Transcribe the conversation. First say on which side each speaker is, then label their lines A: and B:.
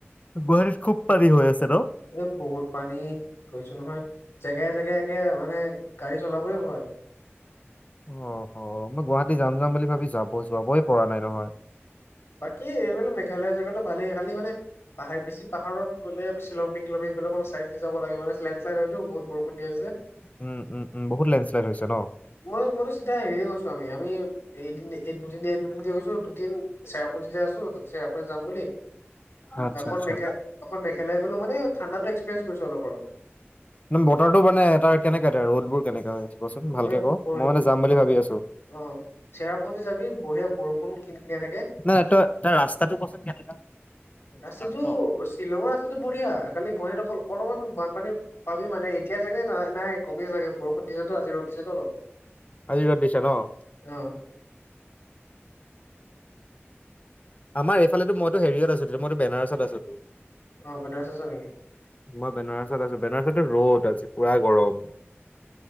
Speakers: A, on the left; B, on the left.
A: গুৱাহাটীত খুব পানী হৈ আছে ন?
B: এ বহুত পানী কৈছো নহয়, জেগাই জেগাই একে মানে গাড়ী চলাবই ভয়।
A: অ', হ মই গুৱাহাটী যাম যাম বুলি ভাবি যাব যাবই পৰা নাই নহয়।
B: বাকী এইবিলাক মেঘালয় চেঘালয়টো ভালেই খালী মানে পাহৰ বেচি পাহাৰত গ'লে শ্বিলং পিক তিলং পিক গ'লে অকমান চাই চিতি যাব লাগে, লেণ্ড শ্লাইড হয়তো বহুত বৰষুণ দি আছে যে।
A: উম, উম, উম, বহুত লেণ্ডশ্বাইড হৈছে ন?
B: মই মইতো চিধা হেৰিৰে গৈছো আমি আমি এদিন এই দুদিন দুদিনকে গৈছো দুদিন চেৰাপুঞ্জীয়ত আছো তাতচে চেৰাপুঞ্জী যাম বুলি
A: আচ্ছা
B: অকন
A: আচ্ছা।
B: মে অকল মেঘালয় গ'লো মানে ঠণ্ডাটো এক্সপেৰিঞ্চ কৰিছো অলপ আৰু।
A: বতৰটো মানে তাৰ কেনেকা এতিয়া ৰ'দবোৰ কেনেকা কচোন ভালকে
B: এ
A: ক,
B: বঢ়
A: মই মানে যাম বুলি ভাবি আছো।
B: অ', চেৰাপুঞ্জী যাবি বঢ়িয়া বৰষুণ কিন কিন থাকে।
A: নাই নাই তই তাৰ ৰাস্তাটো কচোন কেনেকা।
B: ৰাস্তাটো
A: যাম ন?
B: শ্বিলঙৰ ৰাস্তাটো বঢ়িয়া খালী গুৱাহাটীত অকল অলপমান বানপানী পাবি মানে এতিয়া চাগে নাই নাই কমিছে চাগে বৰষুণ দিছেতো আজি ৰ'দ দিছেতো অলপ।
A: আজি ৰ'দ দিছে ন?
B: অ'।
A: আমাৰ এইফালেতো মইতো হেৰিয়ত আছো মইতো বেনাৰছত আছোটোৰ।
B: অ', বেনাৰচত আছা নেকি?
A: মই বেনাৰছত আছো, বেনাৰছতো ৰ'দ আছে পুৰা গৰম।